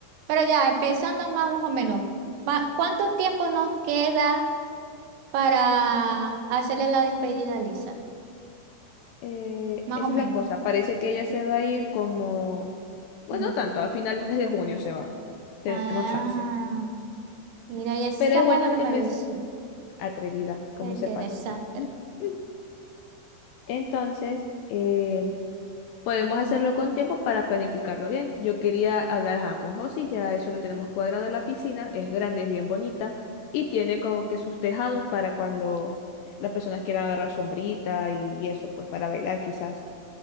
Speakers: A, on the right (about 80°); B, on the left (about 75°).
A: Pero ya, empezando más o menos, ma- ¿cuánto tiempo nos queda para hacerle la despedida a Lisa?
B: Eh,
A: Más
B: esa
A: o menos.
B: es la cosa. Parece que ella se va a ir como, bueno,
A: Mm.
B: no tanto, a finales de junio se va. Tenemos
A: Ah,
B: chance.
A: mira, y esa
B: Pero es
A: mujer
B: bueno
A: no
B: que
A: me
B: empiece
A: decía.
B: atrevida, como
A: Eh,
B: se
A: Qué
B: pasa.
A: desastre.
B: <laughs> Entonces, eh, podemos hacerlo con tiempo para planificarlo bien. Yo quería hablar ajá, con Josie, ya eso lo tenemos cuadrado en la piscina, es grande, es bien bonita y tiene como que sus tejados para cuando las personas quieran agarrar sombrita y eso, pues para bailar quizás.